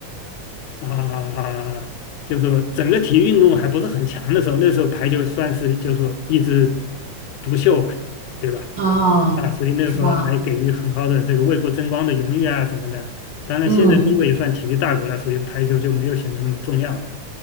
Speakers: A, on the left (about 80°); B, on the right (about 50°).
A: 啊，就是说整个体育运动还不是很强的时候，那时候排球算是就是说一枝独秀吧，对吧？
B: 哦，
A: 啊，所以那个时候还给予很高的这个为国争光的荣誉啊什么的。
B: 是吧？
A: 当然，
B: 嗯
A: 现在中国也算体育大国了，所以排球就没有显得那么重要了。